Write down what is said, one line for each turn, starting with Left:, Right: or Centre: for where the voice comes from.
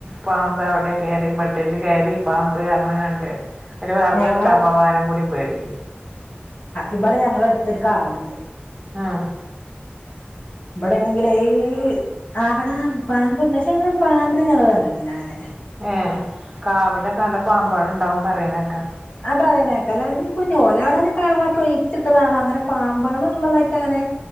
Centre: പാമ്പ് അവിടെ കയറി ബട്ടില് കയറി പാമ്പ് എറ കണ്ട് ഒരു വറക്
Left: ഞങ്ങളെ
Centre: എടുക്കാൻ പോവാനും കൂടും പേടിയരുന്നു
Left: ഇവിടെ ഞങ്ങള അടുത്തൊരു കാവ്ണ്ട്
Centre: ആഹ
Left: ഇവിടെയാണെങ്കിൽ ഈ അവിടെ പാമ്പ്ണ്ട്ക്ഷെ ഞങ്ങള പാമ്പിനും ഞങ്ങള്ൾ കണ്ടിട്ടില്ല അങ്ങനെ
Centre: ഏ കാവിലൊക്കെ നല്ല പാമ്പാൾ ഉണ്ടാവും പറയുന്നേക്കാ
Left: ആ പറയണേക്കാല ഇപ്പൊ ഒലെ അവിടെനെ കവാക്കി ഒഴിച്ചിട്ടതാണോ അങ്ങനെ പാമ്പുകളൾ ഉള്ളതായിട്ട് അങ്ങനെ